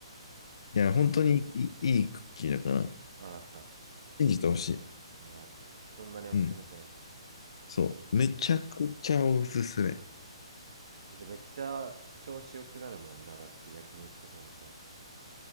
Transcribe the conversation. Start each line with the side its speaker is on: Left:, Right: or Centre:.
Right: それはオッケ
Left: いや、本当にいい、いいクッキーだから、
Right: ーわかった
Left: 信じてほしい。
Right: わかったそんなにおすすめするなら
Left: うん。そう。めちゃくちゃおすすめ。
Right: だってめっちゃ調子良くなるもんな。だって焼肉とかもさ。